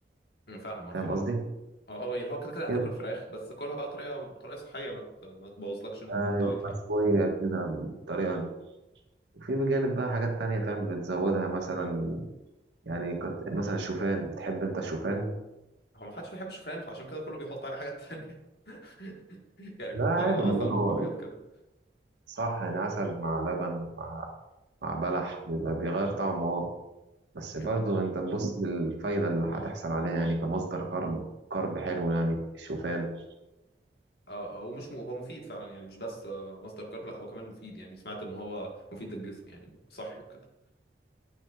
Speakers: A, on the left; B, on the right.
A: أمم، فاهمك
B: فاهم
A: اه
B: قصدي
A: اه اه يعني هو كده كده هتاكل
B: كده
A: فراخ بس كلها بقى طريقه طريقه صحيه ما ت- ما تبوظلكش الدايت
B: آه، يبقى
A: يعني
B: شوية كده بطريقة وفي بجانب بقى حاجات تانية فاهم بتزودها مثلا يعني كت... مثلا الشوفان بتحب انت الشوفان
A: هو ما حدش بيحب الشوفان فعشان كده كله بيحط عليه حاجات تانية <laughs> يعني بيحط
B: لا عادي
A: عليه عسل
B: والله هو
A: وحاجات كده
B: صح يعني عسل مع لبن مع مع بلح بيبقى بيغير طعمه اه بس
A: يعني.
B: برضه انت تبص للفايدة اللي هتحصل عليها يعني كمصدر كرب كرب حلو يعني الشوفان
A: اه آه، ومش م... هو مفيد فعلا يعني مش بس آه، مصدر كارب لا هو كمان مفيد يعني سمعت ان هو مفيد للجسم يعني صحي وكده